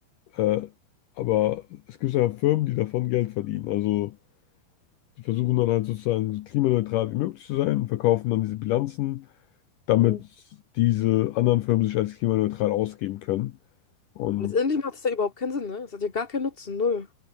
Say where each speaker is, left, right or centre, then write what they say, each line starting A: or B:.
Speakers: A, on the left; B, on the left.
A: äh, aber es gibt ja Firmen, die davon Geld verdienen. Also, die versuchen dann halt sozusagen so klimaneutral wie möglich zu sein und verkaufen dann diese Bilanzen, damit
B: Weil
A: diese anderen Firmen sich als klimaneutral ausgeben können. Und
B: letztendlich macht es ja überhaupt keinen Sinn, ne? Es hat ja gar keinen Nutzen, null.